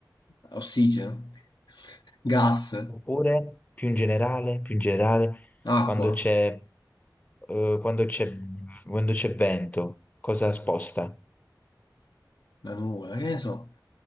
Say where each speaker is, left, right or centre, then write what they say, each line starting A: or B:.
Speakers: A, on the left; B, on the left.
A: ossigeno, gas,
B: Oppure, più in generale, più in generale,
A: acqua,
B: quando c'è eh, quando c'è quando c'è vento, cosa sposta?
A: la nuvola, che ne so,